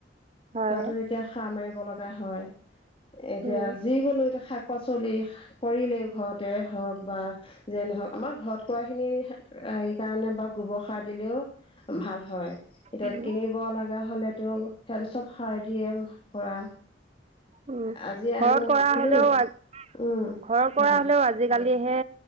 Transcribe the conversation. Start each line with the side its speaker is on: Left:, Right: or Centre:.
Right: হয়
Left: তাতো এতিয়া সাৰ মাৰিব লগা হয় এতিয়া।
Right: উম
Left: যিকোনো এটা শাক পাচলি কৰিলেও ঘৰতে হওক বা। যে নহওক আমাৰ ঘৰত কৰা খিনি এই কাৰণে বা গোবৰ সাৰ দিলেও ভাল হয় এতিয়া
Right: উম
Left: কিনিব লগা হ'লেতো সেয়াতো চব সাৰ দিয়ে কৰা।
Right: উম
Left: আজি আনিম
Right: ঘৰত কৰা
Left: কিনি
Right: হলেও উ
Left: উম
Right: ঘৰত কৰা
Left: হয়
Right: হলেও আজিকালি হে